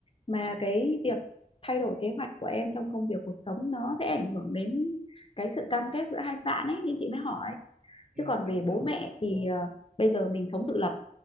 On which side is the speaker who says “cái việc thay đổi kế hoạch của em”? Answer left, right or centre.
Left